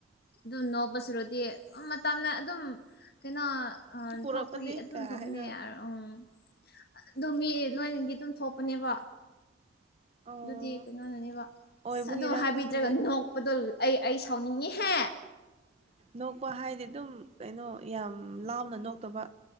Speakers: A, on the left; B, on the right.
A: ꯑꯗꯨꯝ ꯅꯣꯛꯄꯁꯤꯔꯗꯤ ꯃꯇꯝꯅ ꯑꯗꯨꯝ ꯀꯩꯅꯣ ꯑ
B: ꯄꯨꯔꯛꯄꯅꯦ
A: ꯊꯣꯛꯄꯒꯤ ꯑꯗꯨꯝ
B: ꯀꯥ
A: ꯊꯣꯛꯄꯅꯦ
B: ꯍꯥꯏꯔ
A: ꯌꯥꯔꯣ ꯎꯝ ꯑꯗꯨ ꯂꯣꯏꯅꯒꯤ ꯑꯗꯨꯝ ꯊꯣꯛꯄꯅꯦꯕ
B: ꯑꯣ
A: ꯑꯗꯨꯗꯤ ꯀꯩꯅꯣꯅꯅꯦꯕ
B: ꯑꯣꯏꯕꯒꯤꯔ
A: ꯑ ꯑꯗꯨꯣ ꯍꯥꯏꯕꯤꯗ꯭ꯔꯒ
B: ꯈꯪꯗꯦ
A: ꯅꯣꯛꯄꯗꯣ ꯑꯩ ꯑꯩ ꯁꯥꯎꯅꯤꯡꯉꯤꯍꯦ
B: ꯅꯣꯛꯄ ꯍꯥꯏꯗꯤ ꯑꯗꯨꯝ ꯀꯩꯅꯣ ꯌꯥꯝ ꯂꯥꯎꯅ ꯅꯣꯛꯇꯕ